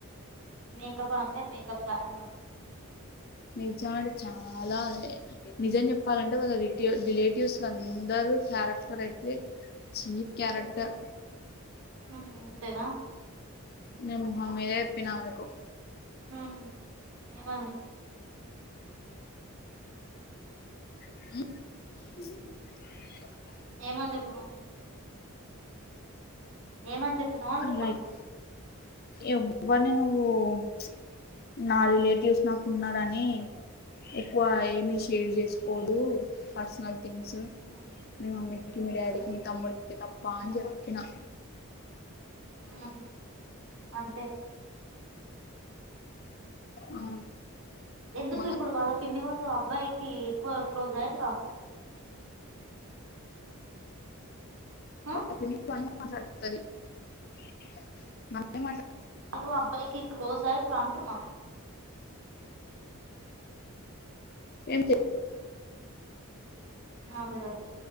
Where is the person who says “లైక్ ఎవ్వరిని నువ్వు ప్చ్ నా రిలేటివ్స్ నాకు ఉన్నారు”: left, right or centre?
Left